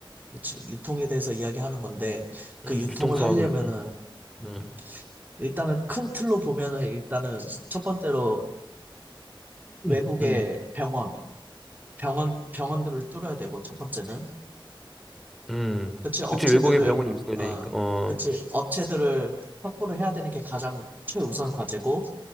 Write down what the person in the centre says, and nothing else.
음,
음. 유통 사업을,
음,
음,
음, 음,
음.
그치, 외국에 병원이 있어야
되니까, 어,